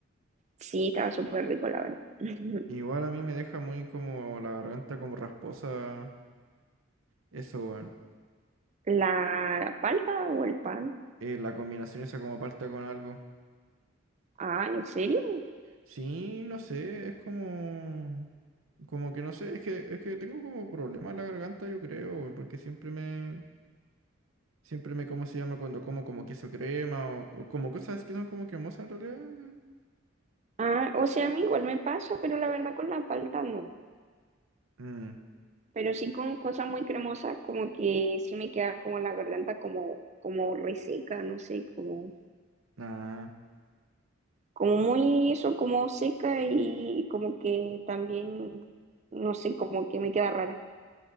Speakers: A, on the right; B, on the right.
A: Sí, estaba súper rico, la verdad. <laughs>
B: Igual a mí me deja muy como la garganta como rasposa, eso, weón.
A: ¿La palta o el pan?
B: Eh, la combinación esa como palta con algo.
A: Ah, ¿en serio?
B: Sí, no sé, es como... Como que no sé, es que, es que tengo como problema en la garganta, yo creo, weón, porque siempre me... Siempre me, ¿cómo se llama? Cuando como como queso crema o, o como cosas que son como cremosas en realidad. me-
A: Ah, o sea, a mí igual me pasa, pero la verdad con la palta no.
B: Mm,
A: Pero sí con cosas muy cremosas, como que sí me queda como la garganta como, como reseca, no sé, como
B: ah,
A: como muy eso, como seca y como que también, no sé, como que me queda rara.